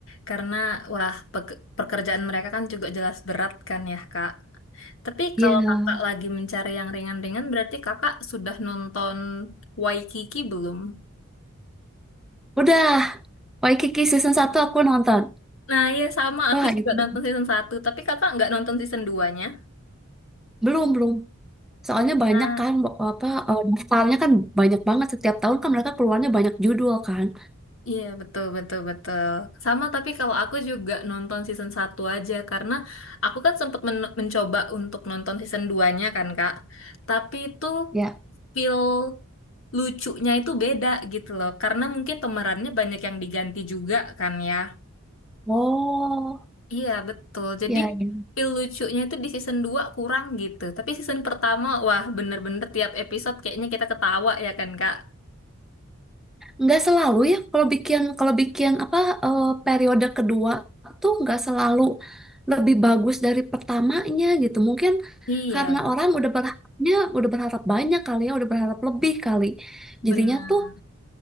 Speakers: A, on the left (about 65°); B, in the centre.
A: Karena, wah, pe- pekerjaan mereka kan juga jelas berat kan ya, Kak. Tapi
B: Iya.
A: kalau kakak lagi mencari yang ringan-ringan, berarti kakak sudah nonton Waikiki belum?
B: Udah, Waikiki season satu aku nonton.
A: Nah, iya sama,
B: Wah
A: aku juga
B: itu,
A: nonton season satu tapi kakak nggak nonton season duanya
B: belum, belum. Soalnya
A: nya
B: banyak
A: Ah,
B: kan, bo- apa, eh, daftarnya kan banyak banget. Setiap tahun kan mereka keluarnya banyak judul kan.
A: iya betul betul betul. Sama tapi kalau aku juga nonton season satu aja karena aku kan sempat men- mencoba untuk nonton season duanya nya kan Kak. Tapi itu
B: Ya.
A: feel lucunya itu beda gitu loh. Karena mungkin pemerannya banyak yang diganti juga kan ya.
B: Oh.
A: Iya, betul. Jadi
B: Ya, ya.
A: feel lucunya itu di season 2 kurang gitu. Tapi season pertama, wah bener-bener tiap episode kayaknya kita ketawa ya kan, Kak?
B: nggak selalu ya. Kalau bikin kalau bikin apa eh, periode kedua tuh nggak selalu lebih bagus dari pertamanya gitu. Mungkin
A: Iya,
B: karena orang udah berharapnya udah berharap banyak kali ya, udah berharap lebih kali.
A: benar.
B: Jadinya tuh